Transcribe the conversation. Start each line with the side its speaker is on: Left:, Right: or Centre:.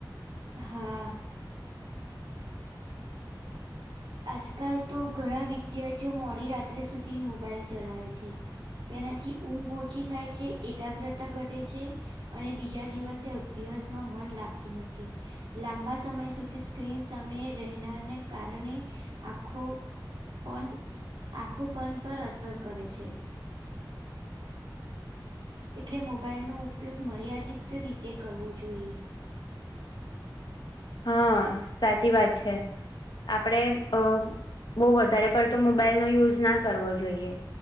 Right: હા. હ <inaudible> આજકાલ તો ઘણા વિધાર્થીઓ મોડી રાત્રે સુધી મોબાઈલ ચલાવે છે. તેનાથી ઊંઘ ઓછી થાય છે, એકાગ્રતા ઘટે છે. અને બીજા દિવસે અભ્યાસમાં મન લાગતું નથી. લાંબા સમય સુધી સ્ક્રીન સામે રહેનારને કારણે આંખો પણ આંખો પણ પર અસર કરે છે. એટલે મોબાઈલનો ઉપયોગ મર્યાદિત રીતે કરવો જોઈએ.
Left: હા, સાચી વાત છે આપડે અ બહુ વધારે પડ તો મોબાઈલનો યુઝ ના કરવો જોઈએ.